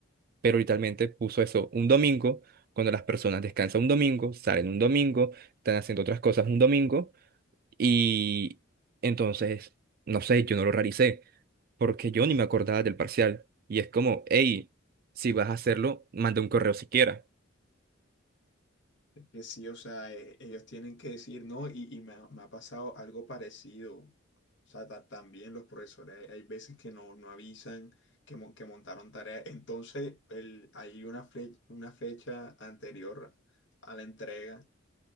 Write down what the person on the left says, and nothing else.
Que sí, o sea, e- ellos tienen que decir no, y, y me, ha me ha pasado algo parecido. O sea, ta- también los profesores, hay veces que no, no avisan que, mon- que montaron tarea. Entonces, el, hay una, fle- una fecha anterior a la entrega